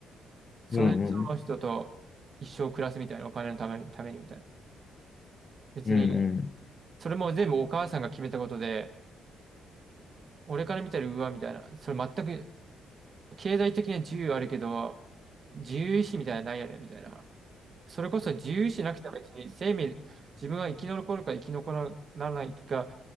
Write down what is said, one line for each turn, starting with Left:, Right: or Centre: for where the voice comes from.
Right: それでその人と一生暮らすみたいなお金のために、
Left: うんうん。
Right: ためにみたいな。別に
Left: うんうん。
Right: それも全部お母さんが決めたことで俺から見たらうわみたいな。それ全く経済的には自由あるけど、自由意志みたいなのないよね、みたいな。それこそ自由意志なくては別に生命、自分が生き残るか生き残らないか